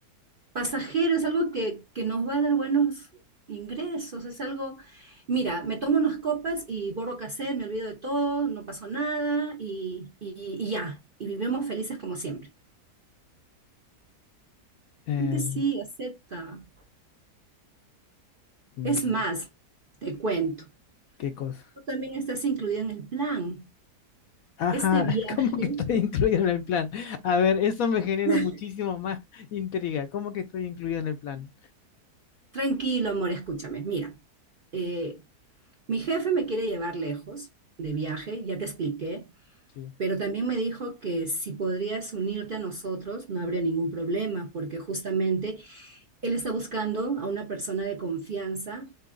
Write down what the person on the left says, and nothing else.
Eh,
mm,
¿qué cosa?
Ajá,
<laughs> ¿cómo que estoy incluido en el plan? A ver, eso me genera
muchísimo más intriga. ¿Cómo que estoy incluido en el plan?
Sí.